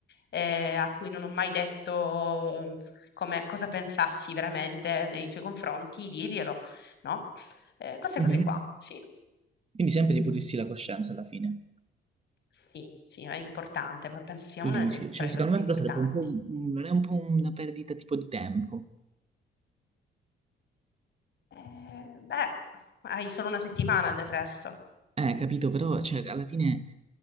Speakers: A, on the left (about 60°); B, on the right (about 30°).
A: eh, a cui non ho mai detto come, cosa pensassi veramente nei suoi confronti, dirglielo, no? Eh, queste
B: Mhm.
A: cose qua, sì,
B: Quindi sempre di pulirsi la coscienza alla fine.
A: sì, sì, è importante, penso sia
B: Tu
A: una
B: dici,
A: delle,
B: cioè,
A: tra le
B: secondo
A: cose più
B: me però
A: importanti.
B: sarebbe un po', un- non è un po' una perdita tipo di tempo.
A: Eh, beh, hai solo una settimana del resto.
B: Eh, capito, però cioè, alla fine